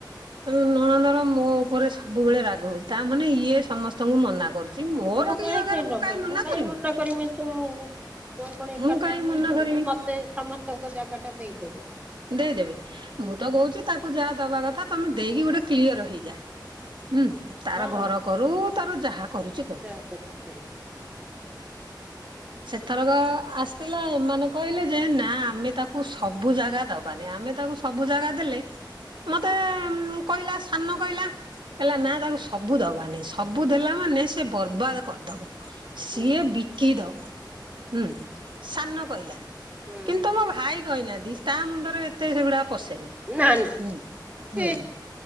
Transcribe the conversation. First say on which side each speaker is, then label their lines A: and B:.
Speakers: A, on the right; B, on the right.
A: <unintelligible> ନଣନ୍ଦର ମୋ ଉପରେ ସବୁବେଳେ ରାଗ ହଉଛି ତା ମାନେ ଇଏ ସମସ୍ତଙ୍କୁ ମନା କରୁ ଚି ମୋର
B: ମୁଁ କାହିଁ
A: କି ଯେ ଦରକାର
B: କାହିଁ ଡକାଏ
A: ମୁଁ କାଇଁ ମନା
B: କାହିଁ
A: କରିମି।
B: କରିମି ତୁ ମୁଁ ମୋର କଣ ଏକାଟିଆ
A: ମୁଁ କାହିଁ
B: ନେଇଯିବି
A: ମନା କରିବି
B: ନା ମତେ ସମସ୍ତେ ତାଙ୍କ ଜାଗାଟା ଦେଇଦେବେ
A: ଦେଇଦେବେ
B: ହୁଁ
A: ମୁଁ ତ କହୁଛିି ତାକୁ ଯାହା ଦବା କଥା ତମେ ଦେଇକି ଗୋଟେ କ୍ଲିୟର ହେଇଯାଅ ହୁଁ ତାର
B: ହଁ
A: ଘର କରୁ ତାର ଯାହା କରୁଛି କରୁ
B: ଯା କରିବୁ କରିବୁ
A: ସେଥରକ
B: ନାଇଁ
A: ଆସି ହେଲା ଏମାନେ କହିଲେ ଯେ ନା ଆମେ ତାକୁ ସବୁ ଜାଗା ଦବାନି ଆମେ ତାକୁ ସବୁ ଜାଗା ଦେଲେ ମତେ ଉ କହିଲା ସାନ କହିଲା କହିଲା ନା ତାଙ୍କୁ ସବୁ ଦବାନି ସବୁ ଦେଲା ମାନେ ସେ ବର୍ବାଦ କରିଦବ ସିଏ
B: ହୁଁ
A: ବିକି ଦବ ହୁଁ ସାନ କହିଲା
B: ହୁଁ
A: କିନ୍ତୁ ତମ ଭାଇ କହିନାହାନ୍ତି ତା ମୁଣ୍ଡରେ ଏତେ ସେଗୁଡା ପସେନି
B: ନା ନା
A: ହୁ
B: ଛି
A: ହୁ